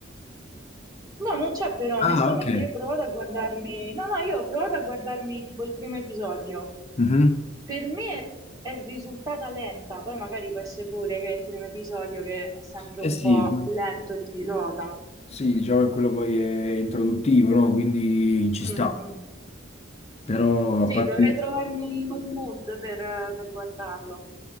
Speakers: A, on the right; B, on the left.
A: No, non c'è però,
B: Ah,
A: onestamente
B: ok.
A: io ho provato a guardarmi, no, no, io ho provato a guardarmi tipo il primo episodio.
B: Mhm.
A: Per me è risultata lenta, poi magari può essere pure che è il primo episodio che è sempre
B: Eh
A: un
B: sì,
A: po' lento il pilota.
B: sì, diciamo che quello poi è introduttivo, no? Quindi ci
A: Mhm.
B: sta. Però a
A: Sì,
B: parte...
A: dovrei trovarmi in un mood per, per guardarlo.